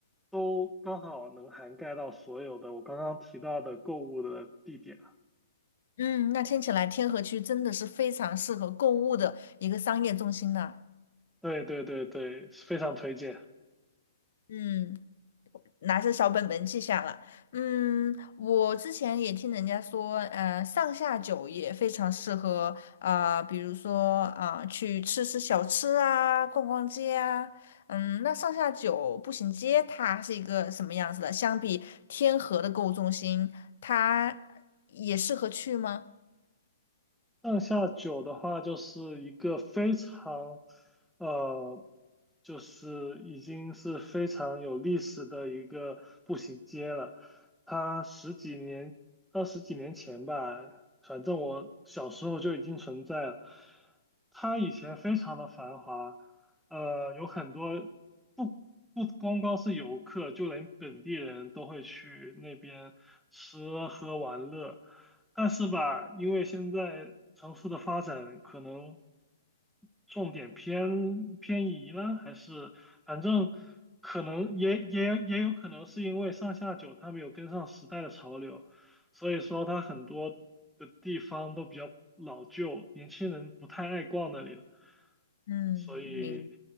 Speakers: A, in the centre; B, on the left.
A: 都刚好能涵盖到所有的我刚刚提到的购物的地点了
B: 嗯，那听起来天河区真的是非常适合购物的一个商业中心呢。
A: 对对对对，非常推荐。
B: 嗯，拿着小本本记下了。嗯，我之前也听人家说，呃，上下九也非常适合，呃，比如说啊、呃去吃吃小吃啊，逛逛街啊。嗯，那上下九步行街它是一个什么样子的？相比天河的购物中心，它也适合去吗？
A: 上下九的话，就是一个非常，呃，就是已经是非常有历史的一个步行街了。它十几年、二十几年前吧，反正我小时候就已经存在了。它以前非常的繁华，呃，有很多不不光光是游客，就连本地人都会去那边吃喝玩乐。但是吧，因为现在城市的发展可能重点偏偏移了，还是反正可能也也也有可能是因为上下九它没有跟上时代的潮流，所以说它很多的地方都比较老旧，年轻人不太爱逛那里了。
B: 嗯，
A: 所以，
B: 明。